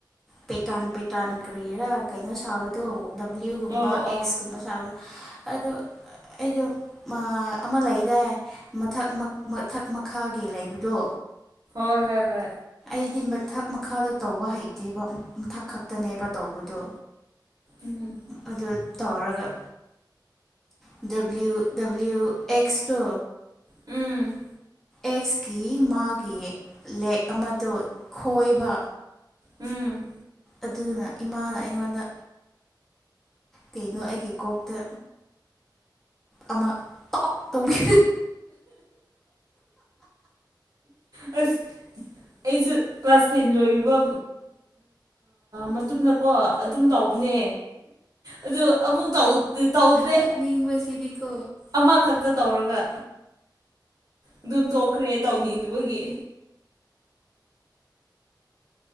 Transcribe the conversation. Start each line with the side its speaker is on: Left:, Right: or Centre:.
Centre: ꯄꯦꯇꯟ ꯄꯦꯇꯟ ꯀꯔꯤꯔꯥ ꯀꯩꯅꯣ ꯁꯥꯕꯗꯣ ꯗꯕ꯭ꯂꯤꯎꯒꯨꯝꯕ
Right: ꯑꯣ ꯑꯣ
Centre: ꯑꯦꯛꯁꯀꯨꯝꯕ ꯁꯥ ꯑꯗꯨ ꯑꯩꯗꯣ ꯑꯃ ꯂꯩꯗꯥꯏ ꯃꯊꯛ ꯃꯊꯛ ꯃꯈꯥꯒꯤ ꯂꯩꯕꯗꯣ
Right: ꯍꯣꯏ ꯍꯣꯏ ꯍꯣꯏ
Centre: ꯑꯩꯗꯤ ꯃꯊꯛ ꯃꯈꯥꯗ ꯇꯧꯕ ꯍꯩꯇꯦꯕ ꯃꯊꯛ ꯈꯛꯇꯅꯦꯕ ꯇꯧꯕꯗꯣ
Right: ꯎꯝ
Centre: ꯑꯗꯨ ꯇꯧꯔꯒ ꯗꯕꯂꯤꯎ ꯗꯕ꯭ꯂꯤꯎ ꯑꯦꯛꯁꯇꯣ
Right: ꯎꯝ
Centre: ꯑꯦꯛꯁꯀꯤ ꯃꯥꯒꯤ ꯂꯦꯛ ꯑꯃꯗ ꯈꯣꯏꯕ
Right: ꯎꯝ
Centre: ꯑꯗꯨꯅ ꯏꯃꯥꯅ ꯑꯩꯉꯣꯟꯗ ꯀꯩꯅꯣ ꯑꯩꯒꯤ ꯀꯣꯛꯇ ꯑꯃ ꯇꯧꯕꯤ
Right: ꯑ ꯑꯩꯁꯨ ꯀ꯭ꯂꯥꯁ ꯇꯦꯟ ꯂꯣꯏꯕ ꯃꯇꯨꯡꯟꯅꯀꯣ ꯑꯗꯨꯝ ꯇꯧꯕꯅꯦ ꯑꯗꯨ ꯑꯃꯨꯛ ꯇꯧꯗ꯭ꯔꯦ
Centre: ꯅꯣꯛꯅꯤꯡꯕꯁꯤꯗꯤꯀꯣ
Right: ꯑꯃꯈꯛꯇ ꯇꯧꯔꯒ ꯑꯗꯨꯝ ꯇꯣꯛꯈ꯭ꯔꯦ ꯇꯧꯅꯤꯡꯗꯨꯕꯒꯤ